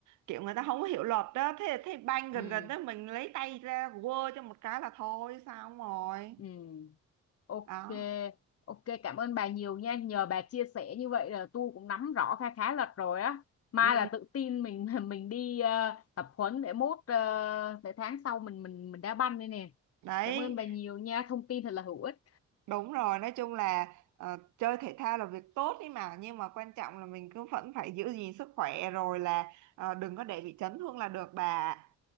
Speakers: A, on the right; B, on the left.
A: kiểu người ta không có hiểu luật đó. Thế thế banh gần
B: Ừ.
A: gần đó mình lấy tay ra quơ cho một cái là thôi, sao không rồi.
B: Ừ. Ok,
A: Đó.
B: ok cảm ơn bà nhiều nha. Nhờ bà chia sẻ như vậy là tôi cũng nắm rõ khá khá lật rồi á. Mai
A: Ừ.
B: là tự tin mình <laughs> mình đi ờ, tập huấn để mốt ờ, để tháng sau mình mình mình đá banh đây nè.
A: Đấy,
B: Cảm ơn bà nhiều nha, thông tin thật là hữu ích.
A: đúng rồi, nói chung là ờ, chơi thể thao là việc tốt ấy mà nhưng mà quan trọng là mình cứ vẫn phải giữ gìn sức khỏe rồi là ờ, đừng có để bị chấn thương là được bà. ạ.